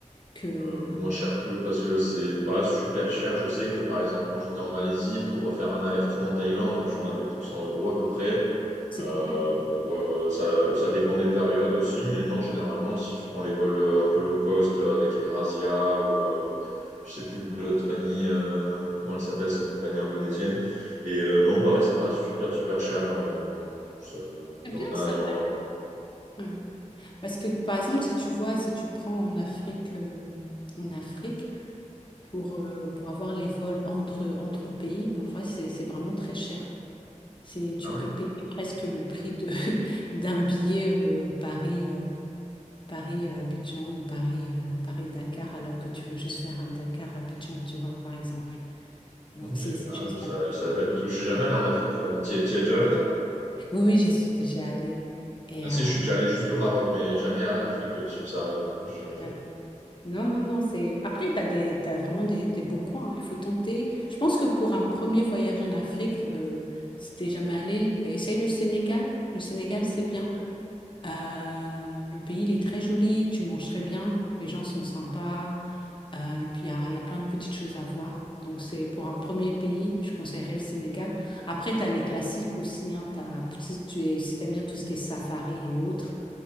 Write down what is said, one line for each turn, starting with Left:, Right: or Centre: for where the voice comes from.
Left: que
Right: euh, moins cher que parce que c'est pas super cher. Je sais que par exemple, quand j'étais en Malaisie pour faire un aller-retour en Thaïlande, j'en avais pour 100 euros à peu près.
Left: c'est
Right: Euh,
Left: correct?
Right: pour, euh, ça, ça dépend des périodes aussi, mais non, généralement, si tu prends les vols euh, un peu low cost euh, avec Erasia ou euh, je sais plus l'autre compagnie, euh, comment elle s'appelle, c'est une compagnie indonésienne. Et euh, non, pareil, c'est pas super, super cher. euh, ça- Il
Left: C'est
Right: y
Left: bien
Right: en a,
Left: ça.
Right: il y en...
Left: ouais. Ouais. Parce que, par exemple, si tu vois, si tu prends en Afrique, euh, en Afrique pour, euh, pour avoir les vols entre, entre pays, parfois, c'est c'est vraiment très cher. C'est, tu
Right: Ah ouais?
Left: peux payer presque le prix de, <laughs> d'un billet euh, Paris, euh, Paris-Abidjan ou Paris, euh, Paris-Dakar, alors que tu veux juste faire un Dakar-Abidjan, tu vois, par exemple. Alors
Right: Ok.
Left: que c'est c'est
Right: Ah,
Left: juste
Right: je, sa-
Left: à côté.
Right: je savais pas du tout. Je suis jamais allé en Afrique. euh. T'y es t'y es déjà allé, toi?
Left: Oui, oui, j'y suis déjà allée. Et,
Right: Ah, si,
Left: euh,
Right: je suis déjà allé juste au Maroc, mais jamais à Afrique subsaharienne. hein. J'ai jamais fait.
Left: ouais. Non, non, non, c'est... Après, tu as des, t'as vraiment des, des beaux coins, hein, il faut tenter. Je pense que pour un premier voyage en Afrique, euh, si t'es jamais allé, essaye le Sénégal. Le Sénégal, c'est bien.
Right: Ok.
Left: Euh, le pays, il est très joli, tu manges très bien, les gens sont sympas, euh, et puis il y a, il y a plein de petites choses à voir. Donc c'est pour un premier pays, je conseillerais le Sénégal. Après, tu as les classiques aussi, hein, t'as- si tu es, si t'aimes bien tout ce qui est safari et autres,